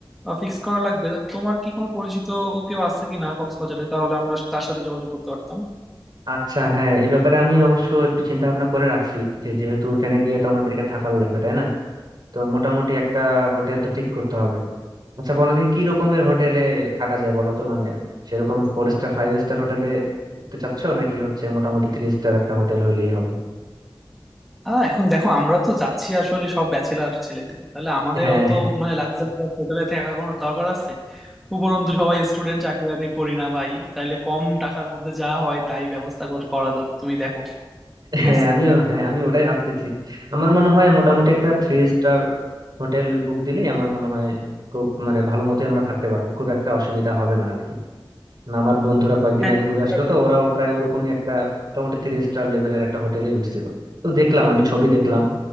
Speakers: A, in the centre; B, on the right.
A: ফিক্স করা লাগবে তো তোমার কি কোনো পরিচিত কেউ আছে কি না কক্সবাজারে তাহলে আমরা তার সাথে যোগাযোগ করতে পারতাম
B: আচ্ছা হ্যাঁ এই ব্যাপারে আমি অবশ্য একটু চিন্তা ভাবনা করে রাখছি যে যেহেতু ওখানে গিয়ে তো আমাদেরকে থাকার লাগবে তাই না তো মোটামুটি একটা হোটেল তো ঠিক করতে হবে আচ্ছা বলো দেখি কি রকমের হোটেলে থাকা যায় বলো তো মানে সেরকম ফোর স্টার ফাইভ স্টার হোটেলে উঠতে চাচ্ছো নাকি হচ্ছে মোটামুটি থ্রি স্টার একটা হোটেল হইলেই হবে
A: আহ এখন দেখো আমরা তো যাচ্ছি আসলে সব ব্যাচেলার ছেলেগুলি তাহলে আমাদের
B: হ্যাঁ
A: অত মানে লাক্সারি হোটেলে থাকার কোনো দরকার আছে উপরন্তু সবাই স্টুডেন্ট চাকরি বাকরি করি না ভাই তাহলে কম টাকার মধ্যে যা হয় তাই ব্যবস্থা কর- করা দরকার তুমি দেখো ঠিক
B: হ্যাঁ
A: আছে
B: আমিও হ্যাঁ আমি ওটাই ভাবতেছি আমার মনে হয় মোটামুটি একটা থ্রি স্টার হোটেল বুক দিলেই আমার মনে হয় খুব মানে ভালো মতোই আমরা থাকতে পারবো খুব একটা অসুবিধা হবে না আর কি না আমার বন্ধুরা কয়েকদিন
A: হ্যাঁ
B: আগে ঘুরে
A: এটা
B: আসলো
A: ভালো।
B: তো ওরাও প্রায় ওরকমই একটা মোটামুটি থ্রি স্টার লেভেলের একটা হোটেলে উঠছিল তো দেখলাম আমি ছবি দেখলাম